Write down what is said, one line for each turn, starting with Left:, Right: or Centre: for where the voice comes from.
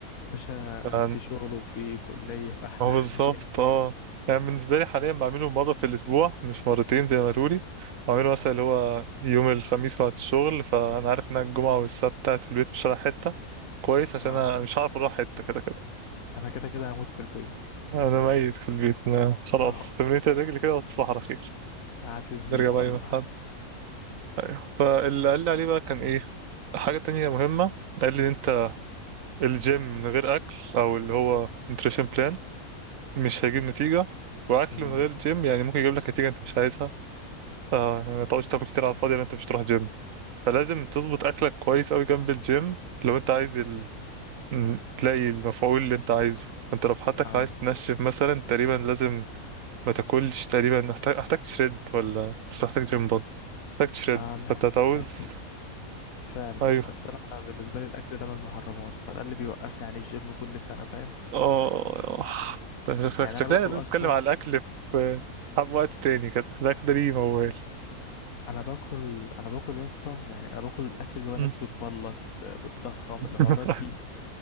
Left: يا باشا
Right: ف-
Left: في شغل وفي كليه فاحنا
Right: هو بالظبط
Left: <laughs> مش هينفع.
Right: اه يعني بالنسبة لي حاليا بعمله مرة في الأسبوع مش مرتين زي ما قالولي بعمله مثلا اللي هو يوم الخميس بعد الشغل فأنا عارف إن أنا الجمعة والسبت قاعد في البيت مش رايح حتة كويس عشان
Left: آه
Right: أنا مش عارف أروح حتة كده كده
Left: انا كده كده هموت في البيت
Right: أنا ميت في البيت أنا خلاص
Left: اه
Right: تمرينة الرجل كده وتصبح على خير
Left: حاسس بيك
Right: نرجع بقى
Left: والله
Right: يوم الأحد ايوه فاللي قال لي عليه بقى كان ايه حاجة تانية مهمة قال لي إن انت الجيم من غير اكل او اللي هو نوتريشن بلان مش هيجيب نتيجة واكل
Left: امم
Right: من غير جيم يعني ممكن يجيب لك نتيجة انت مش عايزها آه يعني ما تقعدش تاكل كتير على الفاضي لان انت مش تروح جيم فلازم تظبط اكلك كويس اوي جنب الجيم لو انت عايز ال... م- تلاقي المفعول اللي انت عايزه انت لو في حالتك
Left: اه
Right: عايز تنشف مثلا تقريبا لازم ما تاكلش تقريبا محتاج محتاج تشرد ولا بس محتاج جيم برضه محتاج تشرد
Left: اه مح-
Right: فانت هتعوز
Left: محتاج فعلا
Right: ايوه
Left: بس انا بالنسبه لي الاكل ده من المحرمات فده اللي بيوقفني عليه الجيم كل سنه فاهم
Right: اه آه. <laughs> شكلك
Left: يعني
Right: شكلنا
Left: انا باكل
Right: لازم
Left: اصلا
Right: نتكلم على الاكل في حب وقت تاني كده الاكل ده ليه موال
Left: انا باكل انا باكل يا اسطى يعني انا باكل الاكل اللي هو
Right: مم.
Left: ناس بتبلك ب- بتضخم
Right: <laughs>
Left: الحوارات دي